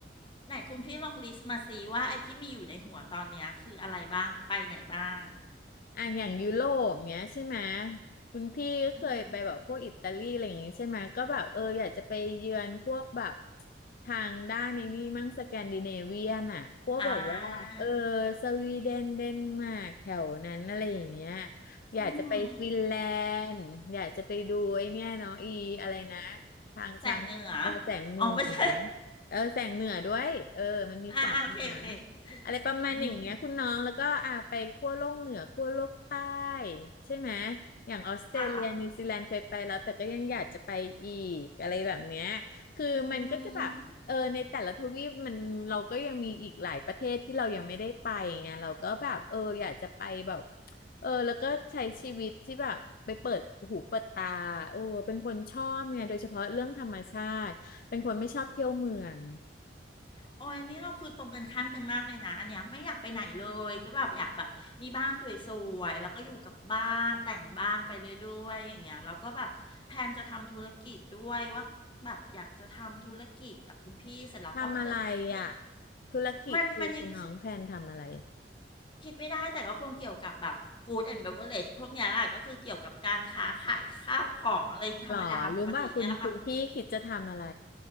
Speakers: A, on the left; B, on the left.
A: ไหนคุณพี่ลองลิสต์มาสิว่าไอ้ที่มีอยู่ในหัวตอนเนี้ยคืออะไรบ้างไปไหนบ้าง
B: อ่ะอย่างยุโรปเนี้ยใช่ไหมคุณพี่ก็เคยไปแบบพวกอิตาลีอะไรอย่างงี้ใช่ไหมก็แบบเอออยากจะไปเยือนพวกแบบ
A: อืม
B: ทางด้านนี้นี่มั่งสแกนดิเนเวียนอ่ะพวกแบบว่าเออ
A: อ่า
B: สวีเดนเดนมาร์กแถวนั้นอะไรอย่างเงี้ยอยากจะไปฟินแล
A: อืม
B: นด์อยากจะไปดูไอ้เนี่ยเนาะอีอะไรนะทางช้างเออแสงเหนือนะ
A: แสงเหนืออ๋อไม่ใช่
B: เออแสงเหนือด้วยเออมันมีแสงเหนือ
A: <laughs> อ่าอ่าโอเคโอเค
B: อะไรประมาณอย่างเงี้ยคุณน้องแล้วก็อ่าไปขั้วโลกเหนือขั้วโลกใต้
A: อืม
B: ใช่ไหมอย่างออสเตรเลียนิวซีแลนด์เคยไปแล้วแต่ก็ยังอยากจะไปอีกอะไรแบบเนี้ยคือมันก็จะแบบเออในแต่ละทวีปมันเราก็ยังมีอีกหลายประเทศที่เรายังไม่ได้ไปไงเราก็แบบเอออยากจะไปแบบ
A: ค่ะอืม
B: เออแล้วก็ใช้ชีวิตที่แบบไปเปิดหูเปิดตาโอ้เป็นคนชอบไงโดยเฉพาะเรื่องธรรมชาติเป็นคนไม่ชอบเที่ยวเมือง
A: โอ้ยนี่เราคือตรงกันข้ามกันมากเลยนะ อันเนี้ยไม่อยากไปไหนเลยก็แบบอยากแบบมีบ้านสวยๆแล้วก็อยู่กับบ้านแต่งบ้านไปเรื่อยๆอย่างเงี้ยแล้วก็แบบแพลนจะทำธุรกิจด้วยว่าแบบอยากจะทำธุรกิจกับคุณพี่เสร็จแล้วก็ถ้าเกิดมี
B: ทำอะไรอ่ะธุรกิจคือคุณน้องแพลนทำอะไร
A: มันมันยังคิด คิดไม่ได้แต่ก็คงเกี่ยวกับแบบฟู้ดแอนด์เบเวอเรจพวกเนี้ยแหละก็คือเกี่ยวกับการค้าขายข้าวของอะไรธรรมดาปกติเนี่ยแหละค่ะ
B: หรอรู้ป่ะคุณคุณพี่คิดจะทำอะไร